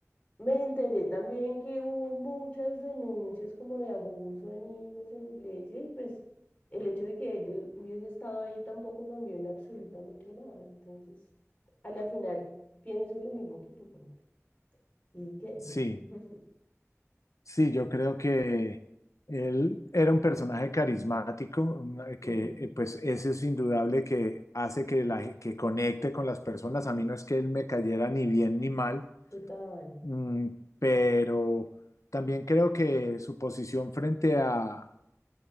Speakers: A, on the left (about 25°); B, on the left (about 85°).
A: me enteré también que hubo muchas denuncias como de abuso a niños en la iglesia y pues el hecho de que él hubiese estado ahí tampoco cambió en absolutamente nada. Entonces, a la final pienso en lo mismo que tú. como que, ¿Y qué?
B: Sí,
A: <laughs>
B: sí, yo creo que él era un personaje carismático, una- que
A: Ujú,
B: eh, pues eso es indudable que hace que, la, ge- que conecte con las personas. A mí no es que él me cayera ni bien ni mal,
A: Total.
B: mm, pero también creo que su posición frente a,